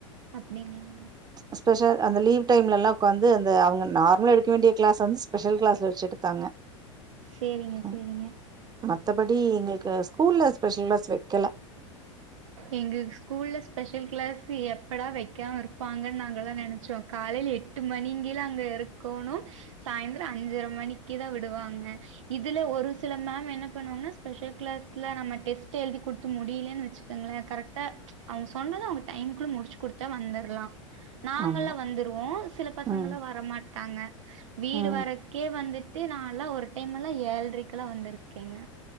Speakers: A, on the right; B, on the right.
A: அப்டிங்களா
B: ஸ்பெஷல் அந்த லீவ் டைம்ல எல்லா உக்காந்து வந்து அவங்க நார்மலா எடுக்க வேண்டிய கிளாஸ் வந்து ஸ்பெஷல் கிளாஸ்ல வச்சு எடுத்தாங்க
A: சேரிங்க
B: ம்.
A: சேரிங்க
B: மத்தபடி எங்களுக்கு ஸ்கூல்ல ஸ்பெஷல் கிளாஸ் வக்கல
A: எங்களுக்கு ஸ்கூல்ல ஸ்பெஷல் கிளாஸ் எப்படா வைக்காம இருப்பாங்கன்னு நாங்கள்லா நெனைச்சோ காலேல எட் டூ மணிங்கேல அங்க இருக்கோணும் சாயந்திரம் அஞ்சர மணிக்கு தா விடுவாங்க இதுல ஒரு சில மேம் என்ன பண்ணுவாங்கனா ஸ்பெஷல் கிளாஸ்ல நம்ம டெஸ்ட் எழுதி குடுத்து முடியலனு வச் ங்களா கரெக்டா அவங்க சொன்னத அவுங்க டைம் குள்ள முடிச்சு குடுத்தா வந்தரலா நாங்களா
B: ஆமா
A: வந்துருவோம் சில பசங்கலா
B: ம்
A: வரமாட்டாங்க வீடு
B: ம்
A: வரக்கே வந்துட்டு நாலா ஒரு டைம் எல்லா ஏழ்ரைக்கல்லா வந்திருக்கேங்க